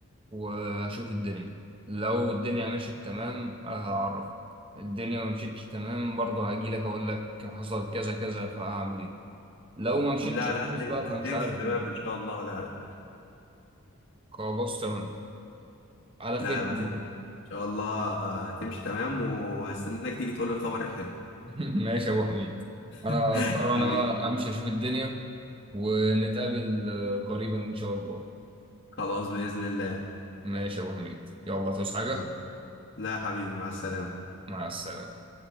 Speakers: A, on the right (about 25°); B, on the left (about 50°).
A: وهشوف الدنيا لو الدنيا مشيت تمام هعرفك الدنيا ما مشيتش تمام برضه هاجي لك اقول لك حصل كذا كذا فهعمل ايه لو ما مشيتش
B: لا
A: خالص
B: لا هتم...
A: بقى فمش
B: هتمشي
A: عارف
B: تمام
A: الدنيا.
B: ان شاء الله لا لا
A: خلاص تمام على
B: لا
A: خير
B: ما تقلقش. ان
A: <laughs>
B: شاء الله هتمشي تمام وهستناك تيجي تقول لي الخبر الحلو
A: ماشي يا ابو حميد انا
B: <laughs>
A: اضطر
B: حبيبي
A: انا بقى امشي اشوف الدنيا ونتقابل آه، قريبا ان شاء الله
B: خلاص باذن الله
A: ماشي يا ابو حميد يلا تصحى حاجه
B: يلا. لا يا حبيبي مع السلامه
A: مع السلامه